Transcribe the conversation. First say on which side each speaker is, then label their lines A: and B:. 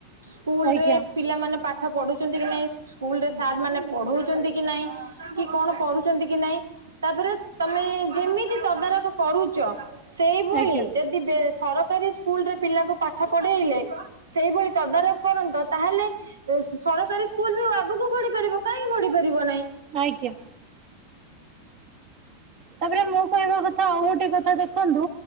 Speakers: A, on the right (about 75°); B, on the right (about 45°).
A: ସ୍କୁଲ
B: ଆଜ୍ଞା
A: ରେ ପିଲାମାନେ ପାଠ ପଢ଼ୁଛନ୍ତି କି ନାଇଁ ସ୍କୁଲ ରେ ସାର୍ ମାନେ ପଢ଼ ଉଛନ୍ତି କି ନାଇଁ କି କଣ କରୁଛନ୍ତି କି ନାଇଁ, ତା ପରେ ତମେ ଯେମିତି ତଦାରଖ କରୁଛ ସେଇଭଳି
B: ଆଜ୍ଞା
A: ଯେ, ବେ ସରକାରୀ ସ୍କୁଲରେ ପିଲାକୁ ପାଠ ପଢ଼େଇଲେ, ସେଇଭଳି ତଦାରଖ କରନ୍ତ ତାହେଲେ ଏ ସରକାରୀ ସ୍କୁଲ ବି ଆଗକୁ ବଢ଼ି ପାରିବ କାହିଁକି ବଢି଼, ପାରିବ ନାଇଁ,
B: ଆଜ୍ଞା ତା ପରେ ମୁଁ କହିବା କଥା ଆଉ ଗୋଟେ କଥା ଦେଖନ୍ତୁ,